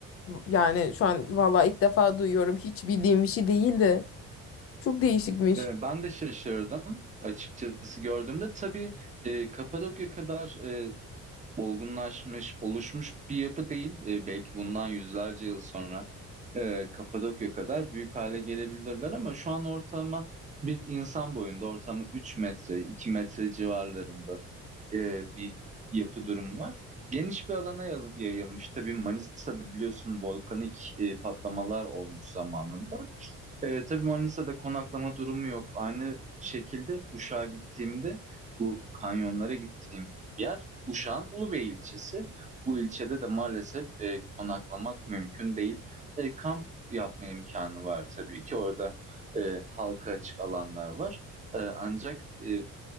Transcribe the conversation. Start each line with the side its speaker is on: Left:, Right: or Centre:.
Left: Yani şu an valla ilk defa duyuyorum. Hiç bildiğim bir şey değildi. Çok değişikmiş.
Right: E, ben de şaşırdım açıkçası gördüğümde. Tabii e, Kapadokya kadar e, olgunlaşmış, oluşmuş bir yapı değil. E, belki bundan yüzlerce yıl sonra. e, Kapadokya kadar büyük hale gelebilirler ama şu an ortalama bir insan boyunda ortalama 3 metre 2 metre civarlarında e, bir yapı durumu var. Geniş bir alana yayıl- yayılmış. Tabii Manisa'da biliyorsun volkanik e, patlamalar olmuş zamanında. E, tabii Manisa'da konaklama durumu yok. Aynı şekilde Uşak'a gittiğimde bu kanyonlara gittiğim yer Uşak'ın Ulubey ilçesi. Bu ilçede de maalesef e, konaklamak mümkün değil. E, kamp yapma imkanı var tabii ki. Orada e, halka açık alanlar var. E, ancak e,